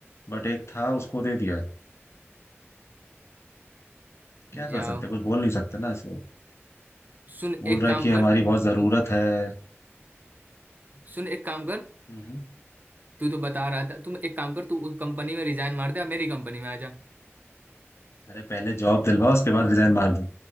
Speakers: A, on the left; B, on the right.
A: बट एक था उसको दे दिया क्या कर
B: जाओ
A: सकते कुछ बोल नहीं सकते ना ऐसे
B: सुन
A: बोल
B: एक
A: रहा
B: काम
A: है कि हमारी
B: कर
A: बहुत
B: तू
A: जरूरत है
B: सुन एक काम कर
A: हम्म
B: तू तो बता रहा था तुम एक काम कर तू उस कंपनी में रिजाइन मार दे और मेरी कंपनी में आ जा
A: अरे पहले जॉब दिलवा उसके बाद रिजाइन मार दो